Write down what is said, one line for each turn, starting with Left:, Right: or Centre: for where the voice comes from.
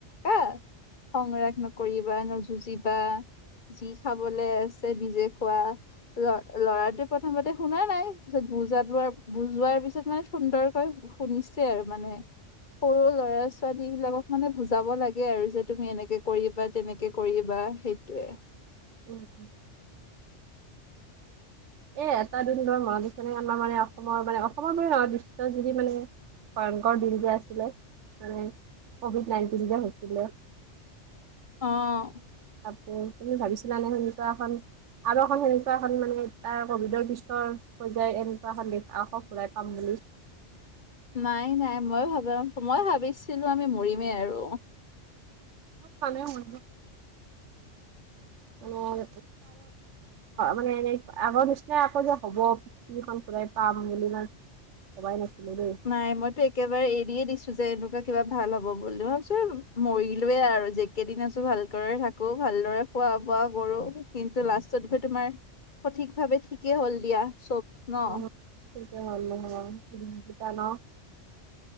Left: কা খং ৰাগ নকৰিবা নযুঁজিবা যি খাবলৈ আছে। নিজে খোৱা। ল ল'ৰাটোৱে প্ৰথমতে শুনা নাই পিছত বুজাত লোৱাৰ বুজোৱাৰ পিছত মানে সুন্দৰকৈ। শুনিছে আৰু মানে সৰু ল'ৰা ছোৱালী বিলাকক। মানে বুজাব লাগে আৰু যে তুমি এনেকে কৰিবা তেনেকে কৰিবা সেইটোয়ে।
Right: উম উম, এ এটা দুদিনৰ মৰম চেনেহৰ মানে অসমৰ মানে অসমৰ মানে নহয় বিশ্ব জুৰি মানে। ভয়ংকৰ দিনকে আছিলে মানে কভিড নাইনটিন যে হৈছিলে। <inaudible>
Left: অ,
Right: তাতে তুমি ভাবিছিলা নে সেনেকা এখন আৰু এখন সেনেকুৱা এখন মানে। তাৰ কভিডৰ পিছৰ পৰ্যায় এনেকুৱা এখন দেশ আকৌ ঘুৰাই পাম বুলি
Left: নাই নাই ময় ভাবা মই ভাবিছিলো আমি মৰিমেই আৰু।
Right: চব ফালে হৈ গ'ল <unintelligible> মানে এনেই আগৰ নিচিনা আকৌ যে হ'ব পৃথিৱীখন ঘুৰাই পাম বুলি না ভবাই নাছিলো দেই।
Left: নাই মইতো একেবাৰে এৰিয়ে দিছো যে এনেকুৱা কিবা ভাল হব বুলি ভাবিছো মৰিলোৱয়ে আৰু যে কেইদিন আছো ভালক থাকো ভালদৰে খোৱা বোৱা কৰো কিন্তু লাষ্টত গৈ তোমাৰ। সঠিক ভাৱে ঠিকেই হ'ল দিয়া চব। ন
Right: অ সেইটো হ'ল ন ৰুম কেইটা ন <unintelligible>